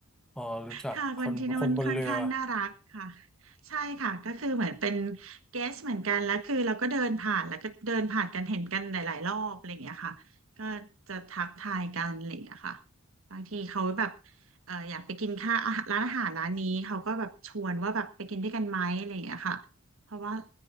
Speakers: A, in the centre; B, on the right.
A: อ๋อรู้จักคนคนบนเรือ
B: ค่ะคนที่นู่นค่อนข้างน่ารักค่ะ ใช่ค่ะก็คือเหมือนเป็นเกสเหมือนกัน แล้วคือเราก็เดินผ่าน แล้วก็เดินผ่านกันเห็นกันหลายๆรอบอะไรอย่างเงี้ยค่ะก็จะทักทายกันอะไรอย่างเงี้ยค่ะบางทีเขาแบบเอออยากไปกินข้าวอาหารร้านอาหารร้านนี้เขาก็แบบชวนว่าแบบไปกินด้วยกันไหมอะไรอย่างเงี้ยค่ะเพราะว่า